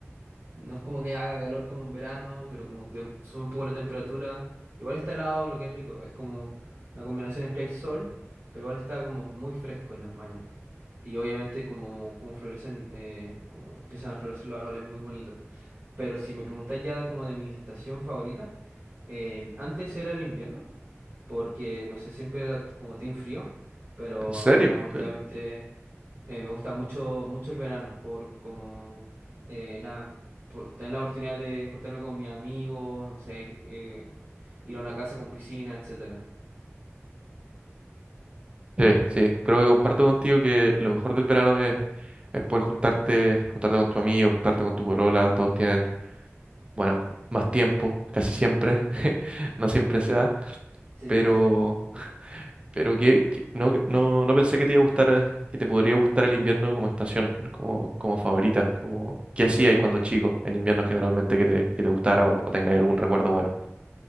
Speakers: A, on the right (about 50°); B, on the right (about 25°).
A: no es como que haga calor como en verano, pero como que sube un poco la temperatura. Igual está helado, lo que es rico. Es como una combinación entre el sol, pero igual está como muy fresco en las mañanas. Y obviamente como, como florecen, eh, como empiezan a florecer los árboles, muy bonito. Pero si me preguntáis ya como de mi estación favorita, eh, antes era el invierno, porque no sé, siempre era como team frío, pero
B: ¿En serio?
A: no, últimamente
B: Sí.
A: eh, me gusta mucho, mucho el verano, por como, eh, nada, por tener la oportunidad de juntarme con mis amigos, no sé, eh, ir a una casa con piscina, etcétera.
B: Sí, sí, creo que comparto contigo que lo mejor del verano es, es poder juntarte, juntarte con tu amigo, juntarte con tu polola, todos tienen, bueno, más tiempo, casi siempre, <laughs> no siempre se da,
A: Sí.
B: pero, pero que, que- no, no, no pensé que te iba a gustar, eh, que te podría gustar el invierno como estación, como, como favorita, como qué hacías cuando chico en invierno generalmente que te, que te gustara o, o tengáis
A: Ah,
B: algún recuerdo bueno.